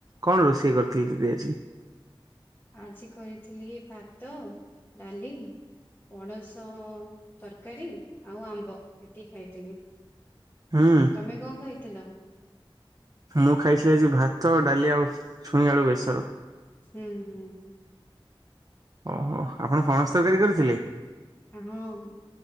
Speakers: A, on the right; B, on the left.
A: କଣ ରୋଷେଇ କରିଥିଲି ଦିଦି ଆଜି।
B: ଆଜି କରିଥିଲି ଭାତ ଡାଲି ପଣସ଼ ସ ତରକାରୀ ଆଉ ଆମ୍ବ ଏତିକି ଖାଇଥିଲି।
A: ହୁଁ।
B: ତମେ କଣ ଖାଇଥିଲ।
A: ମୁଁ ଖାଇଥିଲି ଆଜି ଭାତ ଡାଲି ଆଉ ଛୁଇଁ ଆଳୁ ବେସର।
B: ହୁଁ ହୁଁ।
A: ଓହୋ ଆପଣ ପଣସ ତରକାରୀ କରିଥିଲେ।
B: ହଁ